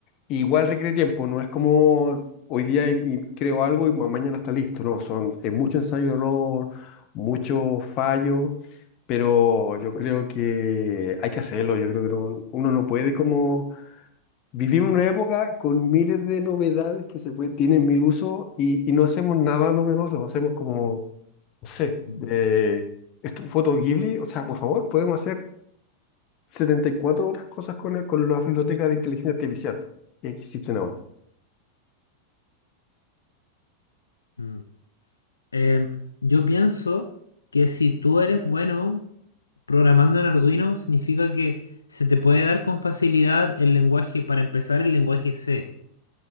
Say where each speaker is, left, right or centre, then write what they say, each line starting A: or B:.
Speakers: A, on the left; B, on the left.
A: Igual requiere tiempo, no es como hoy día im- im- creo algo y ma- mañana está listo, no, son, es mucho ensayo-error, mucho fallo pero yo creo que hay que hacerlo, yo creo que no- uno no puede como... Vivimos una época con miles de novedades que se puede- tienen mil usos y, y no hacemos nada novedoso, no hacemos como, no sé,
B: Mm.
A: eh, esto, foto Ghibli, o sea, por favor, podemos hacer 74 otras cosas con, el- con la biblioteca de inteligencia artificial que existen ahora.
B: Mm. Em, yo pienso que si tú eres bueno programando en Arduino, significa que se te puede dar con facilidad el lenguaje, para empezar, el lenguaje C.